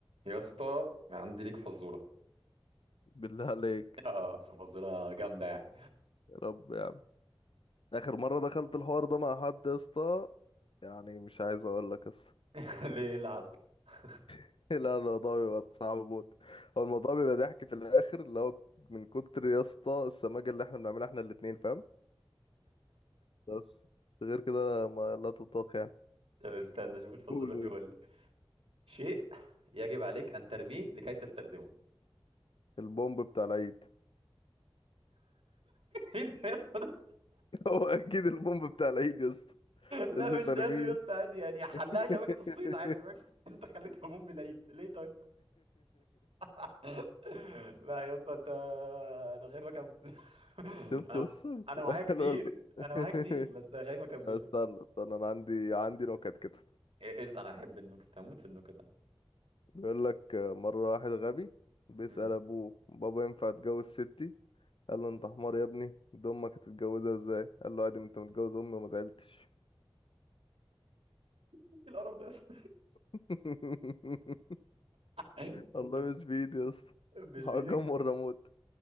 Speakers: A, on the right; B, on the left.
A: يا اسطى عندي ليك فزوره
B: بالله عليك
A: اه بس فزوره جامده يعني
B: يا رب يا عم اخر مره دخلت الحوار ده مع حد يا اسطى يعني مش عايز اقول لك قصه
A: <laughs> ليه إيه اللي حصل <laughs>
B: <laughs> لا الموضوع بيبقى صعب موت هو الموضوع بيبقى ضحك في الاخر اللي هو من كتر يا اسطى السماجه اللي احنا بنعملها احنا الاتنين فاهم بس غير كده ما لا تطاق يعني
A: طب استنى شوف الفزوره
B: قول قول
A: دي قول لي شيء يجب عليك ان ترميه لكي تستخدمه <laughs>
B: البومب بتاع العيد
A: ايه ده يا اسطى
B: <laughs> هو اكيد البومب بتاع العيد يا اسطى
A: لا
B: لازم
A: مش
B: ارميه
A: لازم
B: يا
A: يا اسطى عادي يعني حلها
B: اسطى
A: شبكه الصيد عادي
B: <laughs>
A: فاهم <laughs> انت خليتها بوم بالعيد ليه طيب <laughs> لا يا اسطى انت انا خايف اكمل <laughs>
B: شفت
A: انا
B: يا اسطى
A: انا معايا كتير
B: الوزن <laughs>
A: انا معايا كتير بس خايف اكمل
B: آه، استنى
A: لك
B: استنى انا عندي عندي نكت كده
A: إيه، قشطه انا احب النكت هموت في النكت
B: بيقول لك آه، مره واحد غبي بيسأل
A: انا
B: ابوه بابا ينفع اتجوز ستي قال له انت حمار يا ابني دي امك هتتجوزها ازاي قال له عادي ما انت متجوز امي وما زعلتش
A: ايه القرف ده يا اسطى؟
B: <laughs>
A: ايوه
B: والله
A: انت
B: مش بايدي يا اسطى
A: مش
B: الحجام
A: بايدك
B: والريموت